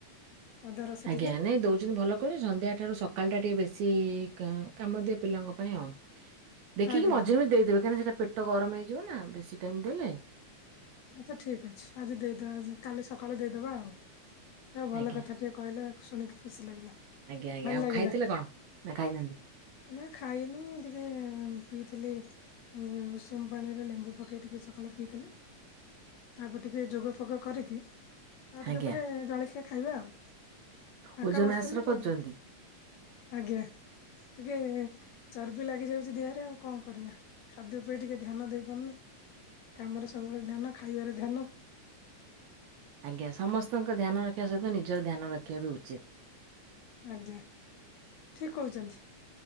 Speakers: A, on the left; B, on the right.
A: ଅଦା ରସ
B: ଆଜ୍ଞା
A: ଟିକେ
B: ନାଇଁ ଦଉଛନ୍ତି ଭଲ କ ସନ୍ଧ୍ୟାରୁ ସକାଳ ଟା ଟିକେ ବେଶୀ କାମ ଦିଏ ପିଲାଙ୍କ ପାଇଁ ଆଉ। ଦେଖିକି
A: ଆଜ୍ଞା
B: ମଝିରେ ମଝି ଦେଇଦେବେ କାହିଁକନା ସେଇଟାେଟ ଗରମ ହେଇଯିବ ନା ବେଶୀ ଟାଇମ ଦେଲେ।
A: ଆଛା ଠିକ ଅଛି ଆଜି ଦେଇଦବା ଆଜି କାଲି ସକାଳୁ ଦେଇଦବା ଆଉ। ଆଉ ଭଲ
B: ଆଜ୍ଞା
A: କଥା ଟିଏ କହିଲେ। ଶୁଣିକି ଖୁସି ଲାଗିଲା
B: ଆଜ୍ଞା ଆଜ୍ଞା
A: ଭଲ
B: ଆଉ
A: ଲାଗିଲା।
B: ଖାଇଥିଲେ କଣ ନା ଖାଇନାହାନ୍ତି?
A: ନା ଖାଇନି ଟିକେ ପିଇଥିଲି ଉ ଉଷୁମ ପାଣି ରେ ଲେମ୍ବୁ ପକେଇ ଟିକେ ସକାଳେ ପିଇଥିଲି। ତାପରେ ଟିକେ ଯୋଗ ଫୋଗ କରିକି ଆଉ ଟିକେ
B: ଆଜ୍ଞା
A: ପରେ ଜଳଖିଆ ଖାଇବା ଆଉ। ଫାଙ୍କା
B: ଓଜନ
A: ବସିଥିଲି
B: ହ୍ରାସ କରୁଛନ୍ତି।
A: ଟିକେ ଆଜ୍ଞା। ଟିକେ ଚର୍ବି ଲାଗିଯାଉଛି ଦେହରେ ଆଉ କଣ କରିବା। ଖାଦ୍ୟପେୟ ଟିକେ ଧ୍ୟାନ ଦେଇ ପାରୁନି କାମରେ ସବୁବେଳେ ଧ୍ୟାନ ଖାଇବାରେ ଧ୍ୟାନ।
B: ଆଜ୍ଞା ସମସ୍ତଙ୍କ ଧ୍ୟାନ ରଖିବା ସହିତ ନିଜର ଧ୍ୟାନ ରଖିବା ବି ଉଚିତ।
A: ଆଜ୍ଞା ଠିକ କହୁଛନ୍ତି।